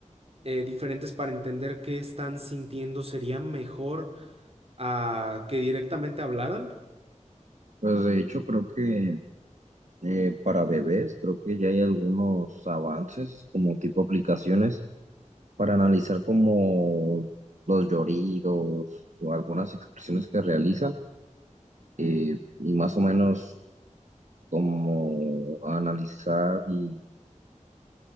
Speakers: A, on the right; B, on the right.
A: eh, diferentes para entender qué están sintiendo, sería mejor a que directamente hablaran.
B: Pues de hecho creo que eh, para bebés creo que ya hay algunos avances como tipo aplicaciones para analizar como los lloridos o algunas expresiones que realizan eh, y más o menos como analizar y,